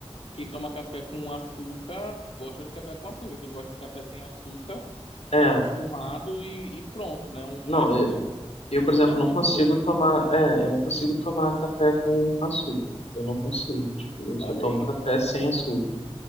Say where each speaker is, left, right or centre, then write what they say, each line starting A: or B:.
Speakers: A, on the left (about 65°); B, on the left (about 80°).
A: quem toma café com açúcar gosta de café com açúcar, quem gosta de café sem açúcar
B: É,
A: tá acostumado e, e pronto, né? Um-
B: não,
A: Mas assim,
B: eu, eu,
A: muda
B: por exemplo,
A: muito
B: não consigo
A: o gosto,
B: tomar,
A: né?
B: é, eu não consigo tomar café com com açúcar. Eu não consigo, tipo, eu
A: Olha
B: só tomo
A: aí,
B: café
A: então.
B: sem açúcar.